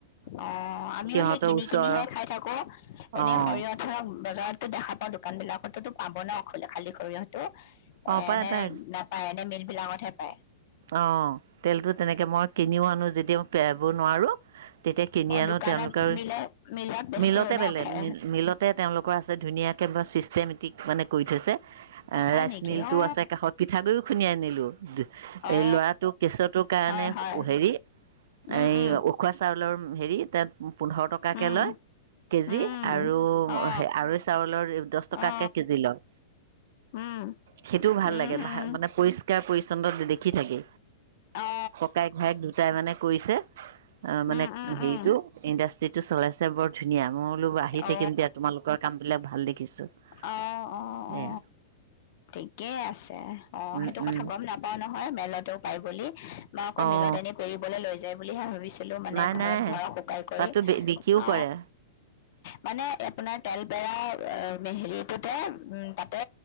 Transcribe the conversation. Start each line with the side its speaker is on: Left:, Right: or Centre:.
Left: অ', আমিও
Right: সিহঁতৰ
Left: সেই কিনি
Right: ওচৰৰ
Left: কিনিহে খাই থাকো। এনেই
Right: অঁ
Left: সৰিয়হ ধৰা বজাৰত তো দেখা পাও দোকান বিলাকতো পাব ন খালী সৰিয়হটো?
Right: অঁ
Left: এনে
Right: পায় পায়
Left: নাপায়, এনে মিল বিলাকতহে পায়।
Right: অ', তেলটো তেনেকে মই কিনিও আনো যেত তিয়া পেৰাব নোৱাৰোঁ, তেতিয়া কিনি
Left: অ
Right: আনো
Left: দোকানত
Right: তেওঁলোকৰ,
Left: মিলে মিলত বেচেও
Right: মিলতে
Left: ন
Right: পেৰে,
Left: খে
Right: মিলতে তেওঁলোকৰ আছে ধুনীয়া কেবে চিছ টেমেটিক মানে কৰি থৈছে,
Left: হয়
Right: ৰাইচ
Left: নেকি
Right: মিলটোও
Left: অ
Right: আছে কাষত, পিঠাগুড়িও খুন্দি আনিলোঁ। <inaudible>
Left: অ
Right: এই ল'ৰাটোক কেচুৱাটোৰ কাৰণে
Left: হয় হয়
Right: হেৰি।।
Left: উম
Right: এই
Left: উম
Right: উখোৱা চাউ চউলৰ হেৰি তাত।। পোন্ধৰ টকাকে
Left: উম
Right: লয় কেজি
Left: উম
Right: আৰু
Left: অ
Right: আৰু চাউলৰ দচ টকাকে
Left: অ
Right: কেজি লয়।
Left: উম
Right: সেইটোও ভাল
Left: উম
Right: লাগে
Left: উম
Right: মানে পৰিষ্কাৰ পৰিছন্ন।। হে
Left: অ
Right: ককায়েক ভায়েক দুটাই মানে। এ কৰিছে। অ মানে
Left: উম উম
Right: হেৰিটো
Left: উম
Right: ইণ্ডাষ্ট্ৰিত।। টো চলাইছে বৰ।। ধুনীয়া মই বোলো আহি
Left: অ
Right: থাকিম দিয়া তোমালোকৰ কাম বিলাক ভাল দেখিছোঁ।
Left: অ
Right: সেয়া
Left: অ অ ঠিকেই আছে অ
Right: উম
Left: সেইটো
Right: উম
Left: কথা গম নাপাওঁ। নহয় মেলাতোক।। পায় বুলি মই আকৌ
Right: অঁ
Left: মিলত এনে পেৰিবলৈ লৈ।। যায় বুলিহে ভাবিছোঁ। পেৰিলেও মানে
Right: নাই
Left: ঘৰত
Right: নাই
Left: ধৰা শুকাই কৰি
Right: তাতো বিক্ৰীও
Left: অ
Right: কৰে
Left: মানে আপোনাৰ? তেলপেৰা হেৰিটোতে উম তাতে।।